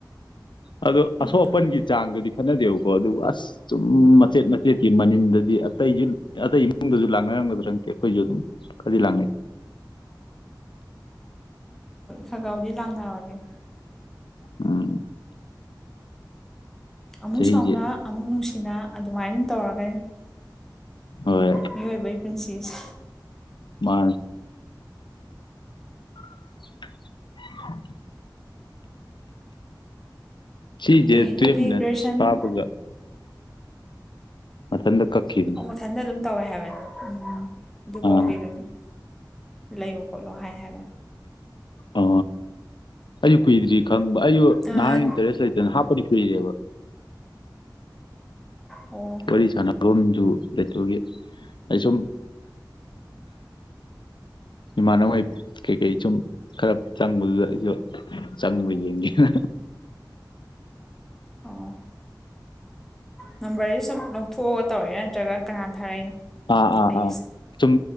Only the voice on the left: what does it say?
ꯑꯣ ꯑꯁꯣꯛ
ꯑꯄꯟꯒꯤ ꯆꯥꯡꯗꯨꯗꯤ ꯈꯠꯅꯗꯦꯕꯀꯣ ꯑꯗꯨ ꯑꯁ ꯆꯨꯝ ꯃꯆꯦꯠ ꯃꯆꯦꯠꯀꯤ ꯃꯅꯤꯟꯗꯗꯤ ꯑꯇꯩꯁꯨ ꯑꯇꯩ ꯏꯃꯨꯡꯗꯁꯨ ꯂꯥꯛꯅ ꯝꯒꯗꯔ ꯅꯇꯦ ꯑꯩꯈꯣꯏꯁꯨ ꯑꯗꯨꯝ ꯈꯔꯗꯤ ꯂꯥꯛꯅꯩ
ꯎꯝ
ꯆꯍꯤꯁꯦ
ꯍꯣꯏ
ꯃꯥ <unintelligible> ꯁꯤꯖꯦ
ꯇ ꯃꯤꯅꯠ
ꯄꯥꯕꯒ ꯃꯊꯥꯟꯗ ꯀꯥꯛꯈꯤꯕꯅꯤ
ꯑꯥ
ꯑ ꯑꯩꯁꯨ ꯀꯨꯏꯗ꯭ꯔꯤ ꯈꯪꯕ ꯑꯩꯁꯨ
ꯅꯍꯥꯛ ꯏꯟꯇꯔꯦꯁ ꯂꯩꯇꯅ ꯍꯥꯞ ꯈꯔꯥꯗꯤ ꯀꯨꯏꯔꯦꯕ
ꯋꯥꯔꯤ ꯁꯅꯕ ꯊꯕꯛꯁꯨ ꯂꯩꯇꯒꯤ ꯑꯩ ꯁꯨꯝ ꯏꯃꯥꯟꯅꯕꯉꯩ ꯀꯩꯀꯩ ꯁꯨꯝ ꯈꯔ ꯆꯪꯕꯗꯨꯗ ꯑꯩꯁꯨ ꯆꯪꯕ ꯌꯦꯡꯒꯦꯅ
ꯑꯥ ꯑꯥ
ꯑꯥ ꯁꯨꯝ